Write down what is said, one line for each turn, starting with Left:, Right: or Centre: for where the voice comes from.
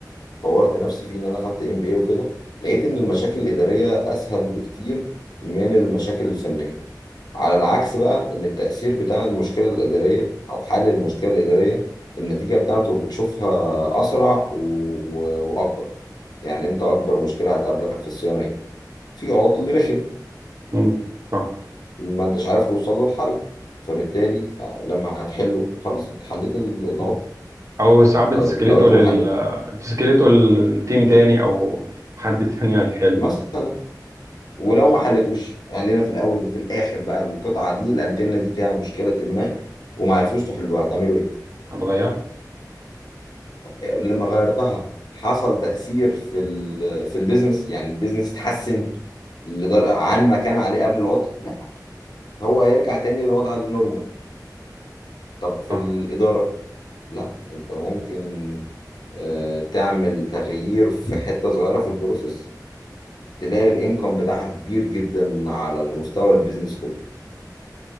Left: وطورت نفسي فيه ان انا خدت ام بي اي وكده لقيت ان المشاكل الاداريه اسهل بكتير من المشاكل الفنيه على العكس بقى ان التأثير بتاع المشكلة الإدارية او حل المشكلة الإدارية النتيجة بتاعته بتشوفها اسرع و... و- واكبر يعني انت اكبر مشكلة هتقابلك في الصيانة ايه في عطل رخم
Right: مم. آه.
Left: ما انتش عارف توصل له الحل فبالتالي آه، لما هتحله خلاص انت حليت ال- العطل
Right: مم. أو ساعات بتسكليته
Left: طيب لو انت
Right: لل
Left: ما حليت
Right: آه، بتسكليته للتيم تاني أو حد تاني هيحله
Left: مثلا
Right: يعني.
Left: ولو ما حلتوش خلينا في الاول وفي الاخر بقى القطعة دي الانتنة دي فيها مشكلة ما وما عرفوش تحلوها هتعملوا ايه
Right: هتغير؟
Left: لما غيرتها حصل تأثير في ال في البيزنس يعني البيزنس اتحسن لدر- عن ما كان عليه قبل العطل لا هو هيرجع تاني للوضع النورمال طب في
Right: آه
Left: الإدارة لا انت ممكن آه، تعمل تغيير في حتة صغيرة في البروسيس تلاقي الانكم بتاعها كبير جدا على المستوى البيزنس كله